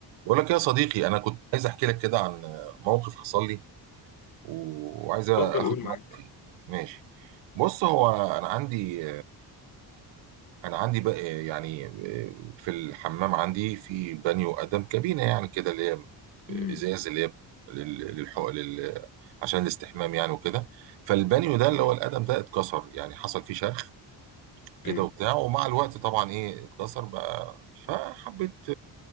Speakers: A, on the right (about 85°); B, on the left (about 50°).
A: بقول لك يا صديقي انا كنت عايز احكي لك كده عن موقف حصل لي و- وعايز اخد
B: اتفضل قول معاك
A: رايك فيه ماشي بص هو انا عندي انا عندي بقى يعني في الحمام عندي في بانيو قدم كابينه يعني كده اللي هي
B: امم
A: ازاز اللي هي لل- للحق لل عشان الاستحمام يعني وكده فالبانيو ده
B: تمام
A: اللي هو القدم ده اتكسر يعني حصل فيه شرخ كده
B: ايوه
A: وبتاع ومع الوقت طبعا ايه اتكسر بقى فحبيت